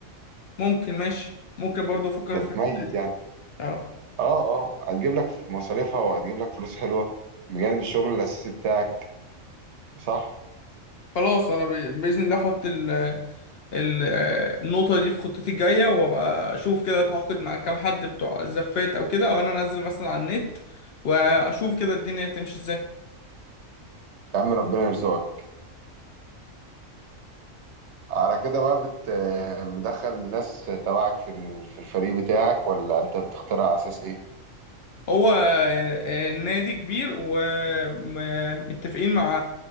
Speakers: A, on the left (about 65°); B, on the right (about 65°).
A: ممكن ماشي ممكن برضو افكر
B: ده
A: في الحتة
B: ميت
A: دي
B: يعني
A: اه
B: اه اه هتجيب لك مصاريفها وهتجيب لك فلوس حلوة بجانب الشغل الأساسي بتاعك صح
A: خلاص انا ب- باذن الله احط ال ال النقطة دي في خطتي الجاية وابقى اشوف كده اتعاقد مع كام حد بتوع الزفات او كده او انا انزل مثلا على النت واشوف كده الدنيا تمشي ازاي
B: يا عم ربنا يرزقك على كده بقى بت مدخل الناس تبعك في ال- في الفريق بتاعك ولا انت بتختار على اساس ايه؟
A: هو آه، آه، نادي كبير ومتفقين مع